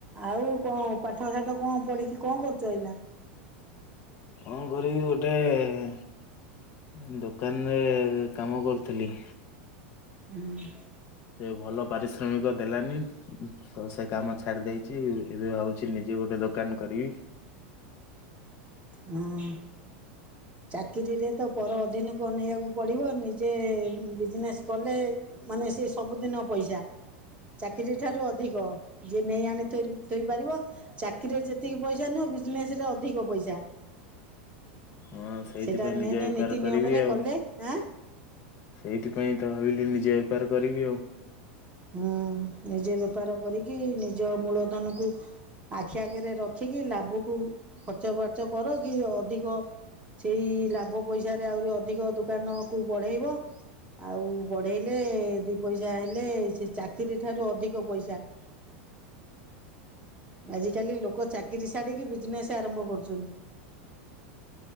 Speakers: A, on the right (about 20°); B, on the left (about 40°).
A: ଆଉ କଣ! ପାଠଷାଠ କଁ ପଢିକି କଁ କରୁଛ ଏଇନା?
B: କଁ କରିବି ଗୋଟେ-ଏ ଦୋକାନରେ କାମ କରୁଥିଲି।
A: ହୁଁ।
B: ସେ ଭଲ ପାରିଶ୍ରମିକ ଦେଲାନି ତ, ସେ କାମ ଛାଡି ଦେଇଛି। ଏବେ ଭାଉଛି ନିଜେ ଏ ଗୋଟେ ଦୋକାନ କରିବି।
A: ହଁ, ଚାକିରିରେ ତ ପର ଅଧୀିନକୁନେଇବାକୁ ପଡିବ। ନିଜେ-ଏ ବିଜନେସ୍ କଲେ, ମାନେ ସେ ସବୁଦିନ ପ ପଇସା। ଚାକିରୀ ଠାରୁ ଅଧିକ! ଯିଏ ନେଇ ଆଣି ଥୋଇ ଥୋଇପାରିବ, ଚାକିରିରେ ଯେତିକି ପଇସା ନୁହଁ ବିଜନେସ୍ ରେ ଅଧିକ ପଇସା।
B: ହଁ, ସେଇଥିପାଇଁ
A: ସେଇଟା
B: ନିଜେ
A: ମେନ୍
B: ବେପାର
A: ନୀତି
B: କରିବି
A: ନିୟମରେ
B: ଆଉ।
A: କଲେ ଆଁ
B: ସେଇଥିପାଇଁ ତ ଭାବିଲି, ନିଜେ ବେପାର କରିବି ଆଉ।
A: ହୁଁ, ନିଜେ ବେପାର କରିକି, ନିଜ ମୂଳ ଧନ କୁ ଆଖି ଆଗରେ ରଖିକି, ଲାଭକୁ ଖର୍ଚ୍ଚ ବାର୍ଚ୍ଚ କର। କି ଅଧିକ ସେଇ ଲାଭ ପଇସାରେ, ଆହୁରି ଅଧିକ ଦୋକାନ କୁ ବଢେଇବ। ଆଉ ବଢେଇଲେ, ଦି ପଇସା ହେଲେ ସେ ଚାକିରି ଠାରୁ ଅଧିକ ପଇସା। ଆଜିକାଲି ଲୋକ ଚାକିରୀ ଛାଡିକି ବିଜନେସ୍ ଆରମ୍ଭ କରୁଚନ୍ତି।